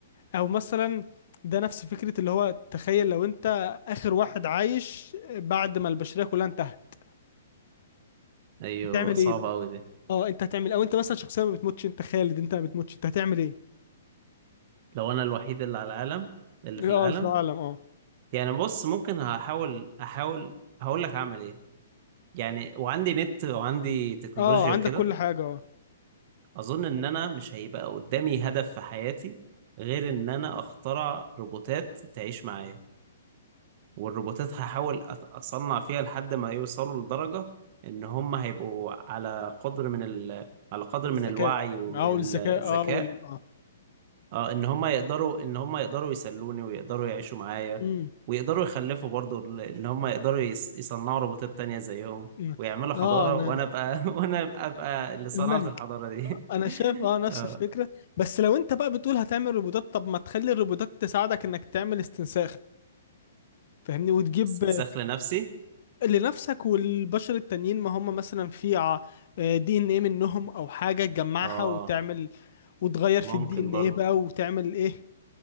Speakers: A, on the left; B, on the right.
A: او مثلا ده نفس فكرة اللي هو تخيل لو انت اخر واحد عايش بعد ما البشرية كلها انتهت
B: ايوه
A: بتعمل
B: صعبة
A: ايه بقى
B: قوي دي
A: اه انت هتعمل او انت مثلا شخصيا ما بتموتش انت خالد انت ما بتموتش انت هتعمل ايه
B: لو انا الوحيد اللي على العالم اللي في
A: اه
B: العالم
A: في العالم اه
B: يعني بص ممكن هحاول احاول هقول لك هعمل ايه يعني وعندي نت وعندي تكنولوجيا
A: اه عندك
B: وكده
A: كل حاجة اه
B: اظن ان انا مش هيبقى قدامي هدف في حياتي غير ان انا اخترع روبوتات تعيش معايا والروبوتات هحاول أت- اصنع فيها لحد ما يوصلوا لدرجة ان هم هيبقوا على قدر من ال... على قدر
A: الذكاء
B: من الوعي ومن
A: او الذكاء
B: الذكاء
A: اه وال اه
B: اه ان هم يقدروا ان هم يقدروا يسلوني ويقدروا يعيشوا معايا
A: امم
B: ويقدروا يخلفوا برضو ال- ان هم يقدروا يص- يصنعوا روبوتات تانية زيهم
A: أمم.
B: ويعملوا
A: اه
B: حضارة
A: انا
B: وانا ابقى <laughs> وانا ابقى أبقى اللي صنعت
A: الملك
B: الحضارة دي <laughs>
A: انا شايف اه نفس
B: اه
A: الفكره بس لو انت بقى بتقول هتعمل روبوتات طب ما تخلي الروبوتات تساعدك انك تعمل استنساخ فاهمني وتجيب
B: استنساخ لنفسي
A: لنفسك والبشر التانيين ما هم مثلا في ع- آه، دي ان ايه منهم او حاجه تجمعها
B: اه
A: وتعمل وتغير في
B: ممكن
A: الدي ان
B: برضه
A: ايه بقى وتعمل ايه